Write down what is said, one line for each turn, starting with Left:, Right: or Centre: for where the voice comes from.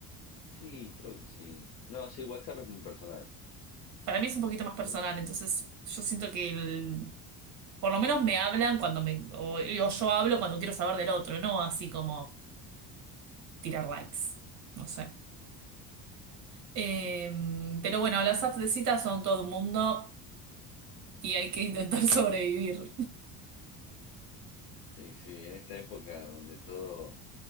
Left: sí, creo que sí. No, sí, WhatsApp es muy personal.
Right: Para mí es un poquito más personal,
Left: pero
Right: entonces yo siento que el- por lo menos me hablan cuando me, o o yo hablo cuando quiero saber del otro, no así como tirar likes. No sé. Eh, pero bueno, las apps de cita son todo un mundo y hay que intentar <laughs> sobrevivir,
Left: Sí, sí, en esta época donde todo,